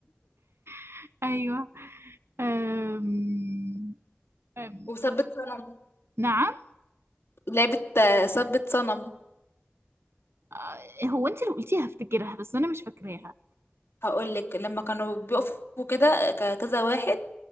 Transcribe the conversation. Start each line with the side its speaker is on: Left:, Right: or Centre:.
Right: <laughs> ايوه آم آم
Left: وثبت صنم
Right: نعم
Left: لعبه آه، ثبت صنم
Right: آه، هو انت اللي قلتيها افتكرها بس انا مش فاكراها
Left: هقول لك لما كانوا بيقفوا كده ك- كذا واحد